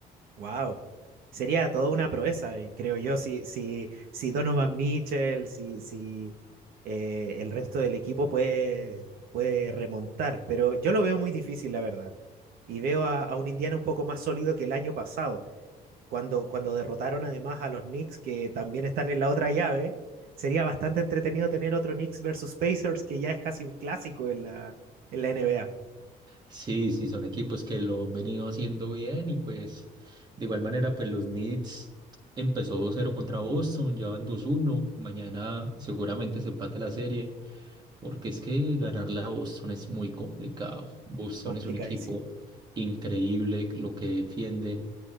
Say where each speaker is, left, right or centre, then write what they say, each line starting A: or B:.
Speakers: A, on the right; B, on the right.
A: Wow. Sería toda una proeza, y creo yo, si, si, si Donovan Mitchell, si, si eh, el resto del equipo puede, puede remontar. Pero yo lo veo muy difícil, la verdad. Y veo a, a un Indiana un poco más sólido que el año pasado. cuando, cuando derrotaron además a los Knicks, que también están en la otra llave, sería bastante entretenido tener otro Knicks versus Pacers, que ya es casi un clásico en la, en la NBA.
B: Sí, sí, son equipos que lo han venido haciendo bien y pues de igual manera pues los Knicks empezó dos cero contra Boston, ya van dos uno mañana seguramente se empate la serie porque es que ganarle a Boston es muy complicado. Boston
A: Complicadísimo.
B: es un equipo increíble lo que defienden